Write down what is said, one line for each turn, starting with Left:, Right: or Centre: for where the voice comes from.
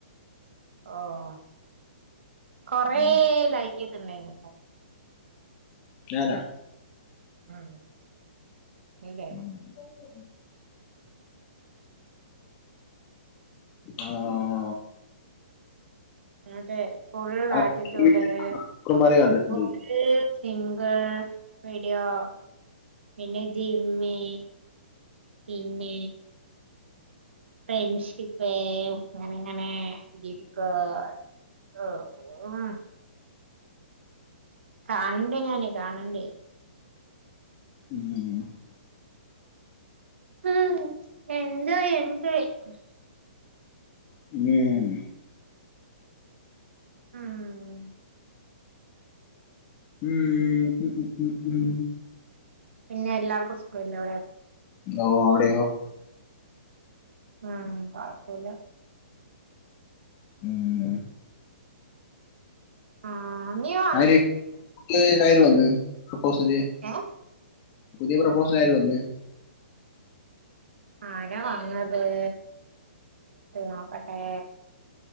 Right: ഓഹ് കൊറേ
Left: ഉം
Right: ലൈക്ക്യക്കെ ഇണ്ടായിനല്ലോ
Left: ഞാനാ
Right: ഉം <unintelligible> വേണോ
Left: <unintelligible> ആഹ്
Right: അതെ ഫുള്ളാറ്റിറ്റ്യൂഡരേ
Left: ആഹ് കുമാരി കണ്ടിട്ടുണ്ട്
Right: ഫുൾ സിംഗ്ൾ വീഡിയൊ പിന്നെജിമ്മ് പിന്നെ ഫ്രണ്ട്ഷിപ്പ് അങ്ങനങ്ങനെ <unintelligible> <unintelligible> കാണണ്ടേഞാനേ കാണണ്ടേ?
Left: <inaudible>
Right: <unintelligible>
Left: <unintelligible>
Right: <inaudible>
Left: ഉം ഉഹ് ഉം ഉം ഉം
Right: പിന്നെഎല്ലാർക്കും സുഖല്ലവ്ടെ?
Left: ഓ അവിടെയോ?
Right: ഉം കൊഴപ്പൊല്ല
Left: ഉംഹ്
Right: ആഹ് നീ വന്ന്
Left: ആര് <unintelligible> വന്ന് <unintelligible>
Right: ഏഹ്
Left: പുതിയ പ്രൊപ്പോസ്സലാര് വന്ന്
Right: ആരാവന്നത് നോക്കട്ടെ